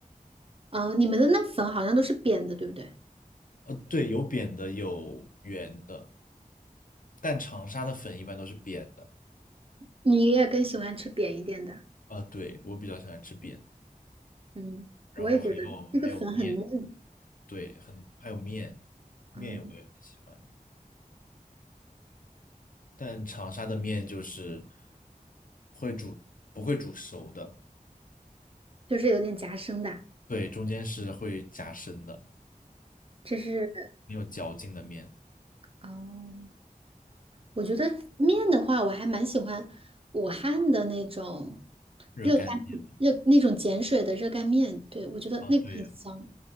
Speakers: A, on the right; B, on the left.
A: 哦，你们的那粉好像都是扁的，对不对？
B: 呃，对，有扁的，有圆的，但长沙的粉一般都是扁的，
A: 你也更喜欢吃扁一点的。
B: 啊、对，我比较喜欢吃扁
A: 嗯，
B: 然后还有还有面，
A: 我也觉得那个粉很嫩，
B: 对，很还有面，面我也很喜欢，
A: 嗯，
B: 但长沙的面就是会煮，不会煮熟的，
A: 就是有点夹生的。
B: 对，中间是会夹生的，
A: 这是
B: 很有嚼劲的面，
A: 哦，我觉得面的话，我还蛮喜欢武汉的那种
B: 热干面。
A: 热干热那种碱水的热干面，对，我觉得那个很香。
B: 啊，对